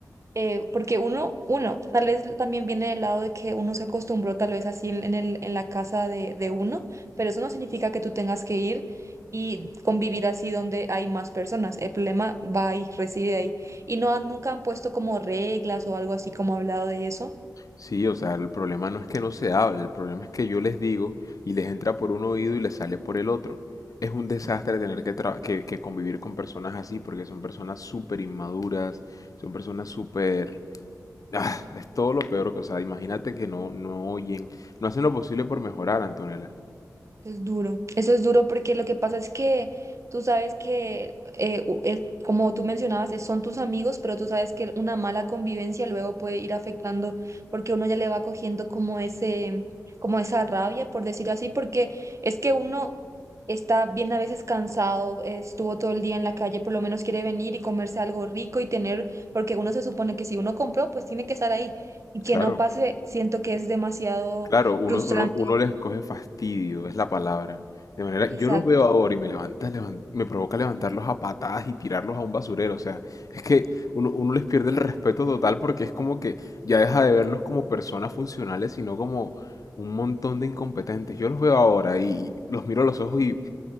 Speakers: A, on the right (about 50°); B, on the left (about 60°).
A: eh, porque uno, uno, tal vez también viene del lado de que uno se acostumbró tal vez así en el, en la casa de, de uno, pero eso no significa que tú tengas que ir y convivir así donde hay más personas. El problema va ahí, reside ahí. Y no han- nunca han puesto como reglas o algo así como hablado de eso.
B: Sí, o sea, el problema no es que no se hable, el problema es que yo les digo y les entra por un oído y les sale por el otro. Es un desastre tener que, tra- que, que convivir con personas así porque son personas súper inmaduras, son personas súper... Ah, es todo lo peor que, o sea, imagínate que no, no oyen, no hacen lo posible por mejorar, Antonella.
A: Es duro, eso es duro porque lo que pasa es que tú sabes que, eh, u- es- como tú mencionabas, es- son tus amigos, pero tú sabes que una mala convivencia luego puede ir afectando porque uno ya le va cogiendo como ese, como esa rabia, por decir así, porque es que uno está bien a veces cansado, eh, estuvo todo el día en la calle, por lo menos quiere venir y comerse algo rico y tener, porque uno se supone que si uno compró, pues tiene que estar ahí y que
B: Claro.
A: no pase, siento que es demasiado
B: Claro, uno,
A: frustrante.
B: uno, uno les coge fastidio, es la palabra. De manera,
A: Exacto,
B: yo los veo ahora y me levanta, levan- me provoca levantarlos a patadas y tirarlos a un basurero. O sea, es que uno, uno les pierde el respeto total porque es como que ya deja de verlos como personas funcionales, sino como un montón de incompetentes. Yo los veo ahora y los miro a los ojos y